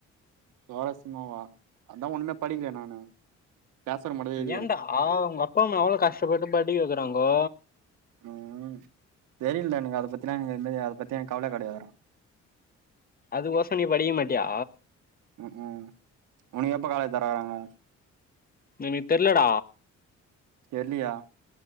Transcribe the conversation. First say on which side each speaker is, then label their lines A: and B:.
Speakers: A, on the right; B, on the left.
A: சுவாரஸ்யமாவா அதா ஒன்னுமே படிங்களே நானு கிளாஸ் ஒர்க் மட்டுந்தா எழுதிக்கிறே
B: ஏன்டா ஆ உங்க அப்பா அம்மா எவ்வளோ கஷ்டப்பட்டு படிக்க வைக்குறாங்கோ
A: உம் தெரியலடா எனக்கு அத பத்திலாம்ங்க அத பத்தி என கவல கெடயாதுரா
B: அது கோசம் நீ படிக்க மாட்டியா
A: உம் உம் உனக்கு எப்ப காலேஜ் தெரக்றாங்க
B: எனக் தெரிலடா
A: தெர்லயா